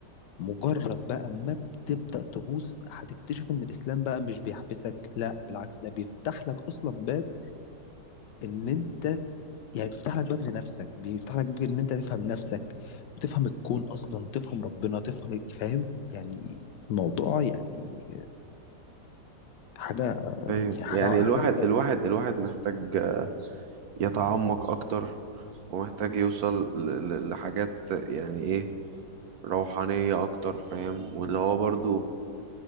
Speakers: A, on the left; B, on the right.
A: مجرد بقى ما بتبدأ تغوص هتكتشف ان الاسلام بقى مش بيحبسك لا بالعكس ده بيفتح لك اصلا باب ان انت يعني بيفتح لك باب لنفسك بيفتح لك باب ان انت تفهم نفسك وتفهم الكون اصلا تفهم ربنا تفهم فاهم يعني الموضوع يعني حاجة
B: ايوه
A: يعني حاجة
B: يعني الواحد
A: حاجة حاجة
B: الواحد الواحد محتاج يتعمق اكتر ومحتاج يوصل ل- ل- لحاجات يعني ايه روحانية اكتر فاهم واللي هو برضو